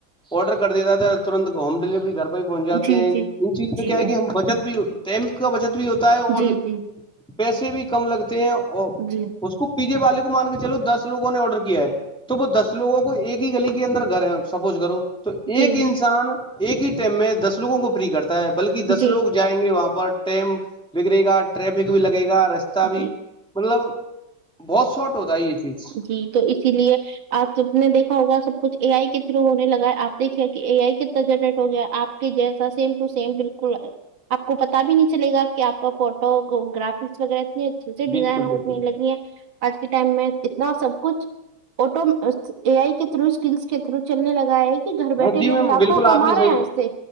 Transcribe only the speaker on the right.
جی
جی
جی
جی جی
جی
جی جی
جی
جی
جی
ج تو اسی لیے آپ سب نے دیکا ہوگا سب کچھ اے آئی کے تھرو ہونے لگا ہے آپ دیکے کہ اے آئی کتنا جنرٹ ہو گیا آپ جیسا سیم ٹو سیم بالکل آپ کو پتا بھی نہیں چلے گا کہ آپ کا فوٹو گرافکس وغیرہ اتنے اچھے سے
ڈیزائن ہونے
لگی ہیں آج کے ٹائم میں اتنا سب کچھ آٹو آئی کے تھرو اسکلس کے تھرو چلنے لگا ہے کہ گھر
بیٹھے
لوگ لاکھوں
کامار
رہے ہیں ای سے